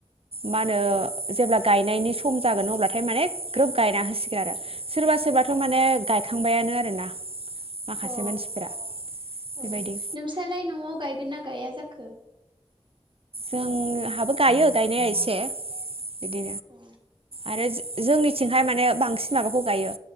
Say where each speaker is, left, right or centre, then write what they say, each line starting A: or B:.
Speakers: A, on the right; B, on the right.
A: मा होनो जेब्ला गायनायनि सम जागोन अब्लाथाय माने ग्रोब गायना होसि गोन आरो सोरबा-सोरबाथ माने गायखांबायानो आरोना। माखासे
B: अ
A: मानसिफोरा
B: अ
A: बेबायदि
B: नोंस्रालाय न'आव गायगोन ना गाया जाखो।
A: जोंहाबो गायो। गायनाया एसे बिदि
B: अ
A: आरो जोंनिथिंहाय माने बांसिन माबाखौ गायो